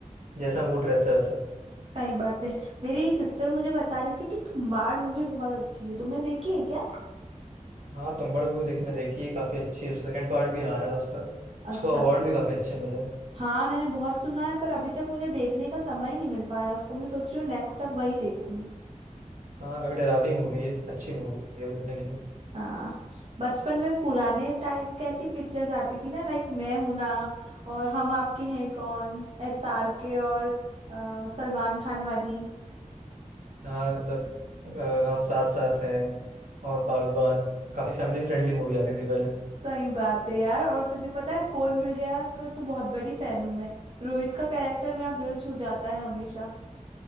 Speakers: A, on the right; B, on the right.
A: जैसा मूड रहता है
B: सही बात है मेरी सिस्टर मुझे बता रही थी कि थुम्बाड़ मूवी बहुत अच्छी है तुमने देखी है क्या
A: हाँ तुम बड़ मूवी देखी मैं देखी है काफी अच्छी है उसका सेकंड पार्ट भी आ रहा है उसका उसको
B: अच्छा
A: अवार्ड भी काफी अच्छे मिले
B: हाँ मैंने बहुत सुना है पर अभी तक मुझे देखने का समय ही नहीं मिल पाया उसको मैं सोच रही हूँ नेक्स्ट अब वही देखूं
A: हाँ काफी डरावनी मूवी है अच्छी मूवी है वो देखने के लिए
B: हाँ बचपन में पुराने टाइप कैसी पिक्चर्स आती थी ना लाइक मैं हूं ना और Hum Aapke Hain Koun S R K और अ, सलमान खान वाली
A: हाँ मतलब अ, हम साथ साथ हैं और बागबान काफी फैमिली फ्रेंडली मूवी आती थी पहले
B: सही बात है यार और तुझे पता है कोई मिल गया का तो बहुत बड़ी फैन हूं मैं रोहित का कैरेक्टर मेरा दिल छू जाता है हमेशा